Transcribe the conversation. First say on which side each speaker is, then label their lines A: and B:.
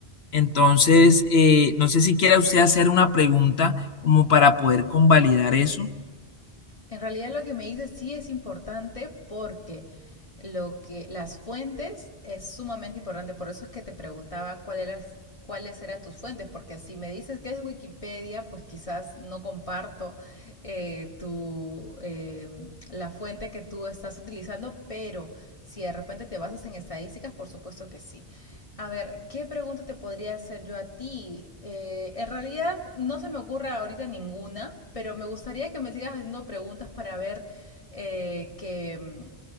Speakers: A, on the left; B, on the left.
A: Entonces, eh, no sé si quiera usted hacer una pregunta como para poder convalidar eso.
B: En realidad lo que me dices sí es importante porque lo que las fuentes es sumamente importante, por eso es que te preguntaba cuál eras, cuáles eran tus fuentes, porque si me dices que es Wikipedia, pues quizás no comparto eh, tu, eh, la fuente que tú estás utilizando, pero si de repente te basas en estadísticas, por supuesto que sí. A ver, ¿qué pregunta te podría hacer yo a ti? Eh, en realidad no se me ocurre ahorita ninguna, pero me gustaría que me sigas haciendo preguntas para ver eh, que, mm,